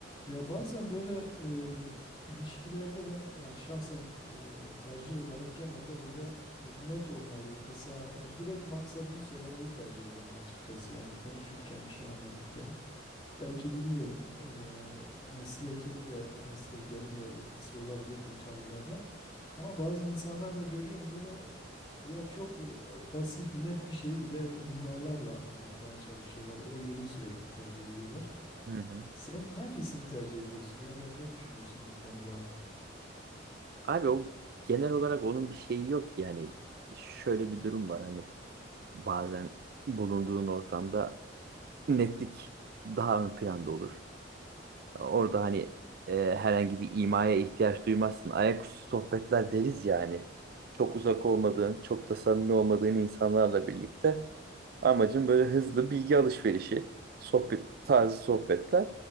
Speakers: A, on the left; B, on the right.
A: Ya bazen böyle e, ilişkilerde ben yani şahsen e, tercih olarak genelde böyle e, net olmayı, kısa yani direkt maksadımı söylemeyi tercih ederim açıkçası. Yani konuşurken bir şey anlatırken belki bilmiyorum e, meslekin de mesleklerin de etkisi olabilir bu tavırlarda. Ama bazı insanlar da görüyorum böyle ya çok e, basit net bir şeyi bile imalarla anlatmaya çalışıyorlar. O yolu sürekli tercih ediyorlar.
B: Hı hı.
A: Sen hangisini tercih ediyorsun ya da ne düşünüyorsun bu konuda?
B: Abi o genel olarak onun bir şeyi yok yani şöyle bir durum var hani bazen bulunduğun ortamda netlik daha ön planda olur. Orada hani e, herhangi bir imaya ihtiyaç duymazsın. Ayaküstü sohbetler deriz ya hani. Çok uzak olmadığın, çok da samimi olmadığın insanlarla birlikte amacın böyle hızlı bilgi alışverişi, sohbet tarzı sohbetler.